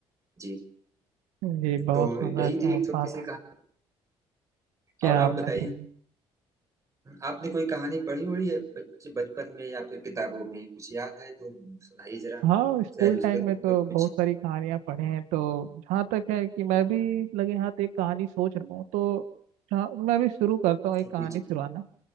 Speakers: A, on the right; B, on the right.
A: जी
B: जी बहुत
A: तो
B: सुंदर
A: यही
B: क्या
A: थी एक छोटी
B: बात
A: सी
B: है
A: कहानी
B: क्या
A: और आप
B: आपने
A: बताइए
B: सुना
A: आपने कोई कहानी पढ़ी हुई है बच्चे बचपन में या फिर किताबों में कुछ याद है तो सुनाइए जरा
B: हाँ स्कूल
A: शायद उससे
B: टाइम में
A: मुझे
B: तो
A: कुछ
B: बहुत सारी कहानियां पढ़े हैं तो जहाँ तक है कि मैं भी लगे हाथ एक कहानी सोच रहा हूँ तो जहाँ- मैं भी शुरू करता हूँ एक
A: जी
B: कहानी
A: जी
B: सुनाना